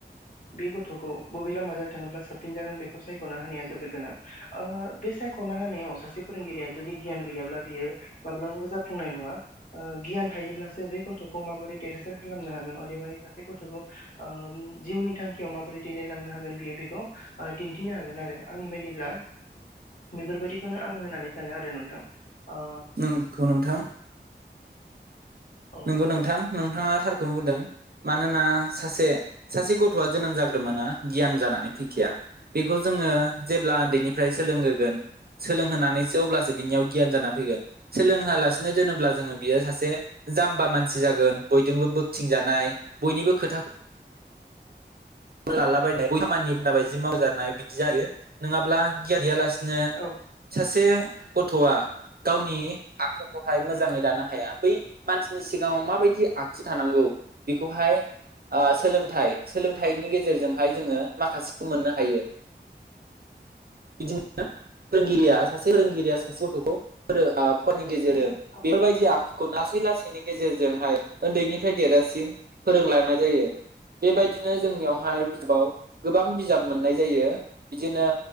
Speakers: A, on the left; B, on the right.
A: बे गथ'खौ बबे लामाजों थाङोब्ला साबसिन जागोन बेखौ सायख'नो हा जोबोर गोनां बे सायख'ना होनानायाव सासे फोरोंगिरिया जुदि गियान गैयाब्ला बियो माब्लाबाबो जाफुंनाय नङा ओ गियान थायोब्लासो बे गथ'खौ माबोरै देरहासार खालामनो हागोन अदेबानि सासे गथ'खौ ओम जिउनि थांखियाव माबोरै दैदेनलांनो हागोन बेयो बे बे दिन्थिनो हागोन आरो आंनि बायदिब्ला बेफोरबायदिखौनो आं होननानै सानो आरो नोंथां ओ
B: नंखौ नोंथां
A: औ
B: नंगौ नोंथां नोंथाङा थार खौनो बुंदों मानोना सासे सासे गथ'आ जोनोम जाग्रोमोना गियान जानानै फैखाया बेखौ जोङो जेब्ला उन्दैनिफ्राय सोलोंहोगोन सोलोंहोनानैसो अब्लासो बिनियाव गियान जानानै फैगोन सोलों होआलासिनो दोनोब्ला जोङो बियो सासे जाम्बा मानसि जागोन बयजोंबो बोगथिं जानाय बयनिबो खोथाखौ लालाबायनाय बयनिबो खामानि बायदि मावजानाय बिदि जायो नङाब्ला गियान गैयालासे नो
A: औ
B: सासे गथ'आ गावनि आखुखौहाय मोजाङै दानो हाया बै मानसिनि सिगाङाव माबायदि आखु थानांगौ बेखौहाय सोलोंथाइ सोलों थाइनि गेजेरजों हाइ जोङो माखासेखौ मोननो औ बिदिनो फोरोंगिरिया सासे फोरोंगिरिया सासे गथ'खौ फोरों आनि गेजेरजों
A: गथ'
B: बेफोरबायदि
A: गथ'
B: आखुखौ लासै लासैनि गेजेरजोंहाय उन्दैनिफ्राय देरजासिम फोरोंलांनाय जायो बेबायदि बिदिनो जोंनियावहाय बिजाबाव गोबां बिजाब मोननाय जायो बिदिनो